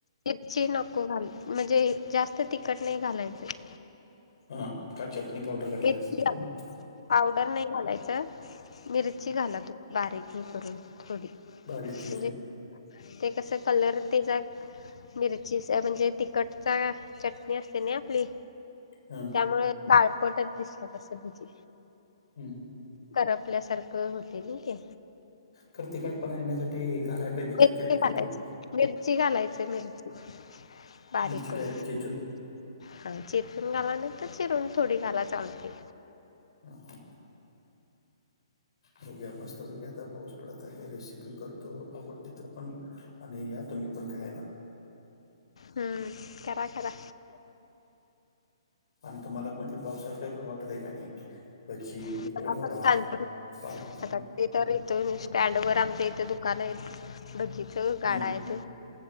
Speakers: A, on the left; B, on the left.
A: मिर्ची नको घालू म्हणजे जास्त तिखट नाही घालायचं.
B: हां का चटणी पावडर घातलेले
A: मिरची
B: असते काय
A: घाला
B: म्हणून?
A: पावडर नाही घालायचं. मिरची घाला तुम्ही बारीक हे करून थोडी
B: बारीक
A: म्हणजे
B: चिचून
A: ते कसं कलर त्याचा एक मिरची चा म्हणजे तिखट चा चटणी असते ना आपली
B: हां.
A: मुळे काळपट च दिसत्यात अस भजी.
B: हम्म हम्म.
A: करपल्यासारखं होते नाही ते.
B: खरं तिकटपणा येण्यासाठी घालाय पाहिजे
A: ते
B: की
A: मिरची
B: चटणी
A: घालायचं
B: पूड?
A: मिरची घालायचं मिरची बारीक
B: मिरची
A: करून.
B: डायरेक्ट चेचून
A: हां चेचून घाला नाही तर चिरून थोडी घाला चालतंय.
B: <unintelligible> बघूया मस्त पैकी आता पाऊस पडत आहे, रेसिपी करतो आवडली तर पण आणि या तुम्ही पण खायला.
A: हम्म करा करा.
B: आणि तुम्हाला म्हणजे पावसात काही खाऊ वाटतंय का नाही? भजी
A: मला
B: किंवा वडा,
A: पण तांदूळ
B: पावभाजी
A: आता ते तर इथून स्टँड वर आमच्या इथे दुकान आहेत भजीचं
B: हम्म
A: गाडा येतोय.